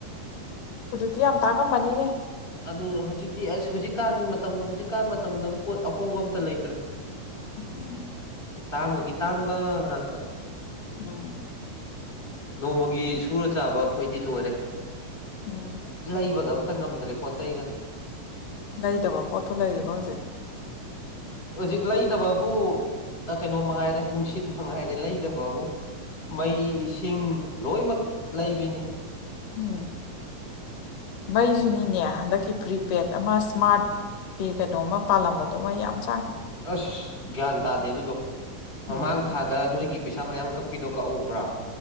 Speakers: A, on the left; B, on the left.
A: ꯑꯗꯨ ꯌꯥꯝ ꯇꯥꯡꯉꯃꯅꯤꯅꯦ
B: ꯑꯗꯨ ꯍꯧꯖꯤꯛꯇꯤ ꯑꯁ ꯍꯧꯖꯤꯛꯀꯥꯟ ꯃꯇꯝ ꯍꯧꯖꯤꯛꯀꯥꯟ ꯃꯇꯝꯗ ꯄꯣꯠ ꯑꯍꯣꯡꯕ ꯑꯃꯝꯇ ꯂꯩꯇ꯭ꯔꯦ
A: ꯎꯝ
B: ꯇꯥꯡꯕꯒꯤ ꯇꯥꯡꯕ ꯉꯥꯛꯇ
A: ꯑ
B: ꯅꯣꯡꯃꯒꯤ ꯁꯨꯔ ꯆꯥꯕ ꯑꯩꯈꯣꯏꯗꯤ ꯂꯣꯏꯔꯦ
A: ꯎꯝ
B: ꯂꯩꯕꯒ ꯈꯤꯛꯇ ꯉꯝꯗ꯭ꯔꯦ ꯄꯣꯠꯆ ꯆꯩꯒ
A: ꯒꯥꯔꯤꯗꯕꯣ ꯄꯣꯠꯄꯨ ꯂꯩꯔꯤꯕ ꯍꯧꯖꯤꯛ
B: ꯍꯧꯖꯤꯛ ꯂꯩꯗꯕꯕꯨ ꯀꯩꯅꯣ ꯃꯉꯥꯏꯔꯦ ꯅꯨꯡꯁꯤꯠ ꯃꯉꯥꯏꯔꯦ ꯂꯩꯗꯕꯕꯨ ꯃꯩꯁꯤꯡ ꯂꯣꯏꯅꯃꯛ ꯂꯩꯕꯅꯤ
A: ꯎꯝ ꯃꯩꯁꯨꯅꯤꯅꯦ ꯍꯟꯗꯛꯀꯤ ꯄ꯭ꯔꯤꯄꯦꯗ ꯑꯃ ꯏꯁꯃꯥꯔꯠ ꯀꯤ ꯀꯩꯅꯣꯝꯃ ꯄꯥꯜꯂꯝꯕꯗꯣ ꯃ ꯌꯥꯝ ꯆꯥꯏ
B: ꯑꯁ ꯒ꯭ꯌꯥꯟ ꯇꯥꯗꯦ ꯑꯗꯨꯗꯣ ꯃꯃꯥꯡ
A: ꯎꯝ
B: ꯊꯥꯗ ꯅꯣꯏꯒꯤ ꯄꯩꯁꯥ ꯃꯌꯥꯝ ꯀꯞꯈꯤꯗꯣ ꯀꯛꯎꯕ꯭ꯔꯥ